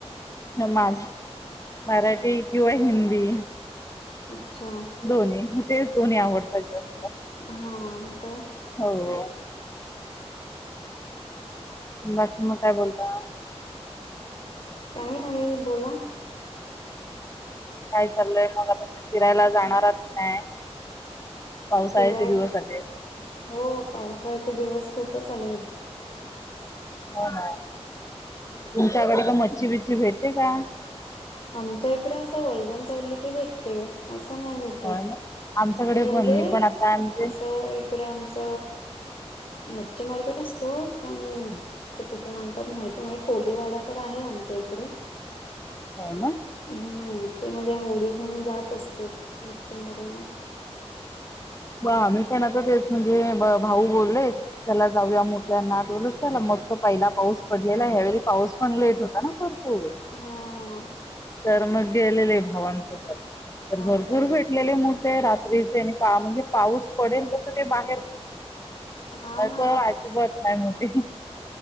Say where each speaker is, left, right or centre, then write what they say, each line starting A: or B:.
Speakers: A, on the left (about 30°); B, on the left (about 50°).
A: हं माझ मराठी किंवा हिंदी
B: अच्छा.
A: दोन्ही मं तेच दोन्ही आवडतात जास्त
B: हा काय
A: हो. बाकी मग काय बोलता?.
B: काही नाही बोला
A: काय चाललंय मला आता फिरायला जाणार आहात की नाय. पावसाळ्याचे
B: फिराय
A: दिवस आलेत.
B: हो पावसाळ्याचे दिवस खूपच आले आहेत.
A: ह तुमच्याकडे का मच्छी बिच्छ भेटते का,
B: आमच्या इकडे असं वल्गन चढली की भेटते असं नाय भेट टत
A: हो ना आमच्याकडे
B: म्हणजे
A: पण मी पण आता म्हणजे
B: असं इकडे आमच मच्छ मार्केट असतो पण ते कुठून अंतात माहिती नाही कोलीवाडा तर आहे आमच्या इकडे
A: हो ना
B: हम्म ते म्हणजे होडी घेऊन जात असते मच्छी मारायला
A: ब मीही पण आता तेच म्हणजे भाऊ बोलले. चला जाऊया मोठ्यांना बोल चला मस्त पहिला पाऊस पडलेला ह्यावेळी पाऊस पण लेट होता ना. हो
B: हा
A: तर मग गेलेले भावांसोबत तर भरपूर
B: हो काय
A: भेट िकलेले मसे रात्रीचे आणि म्हणजे पाऊस पडेल तस ते बाहेर
B: हा ना
A: प अजिबात नाही मोठे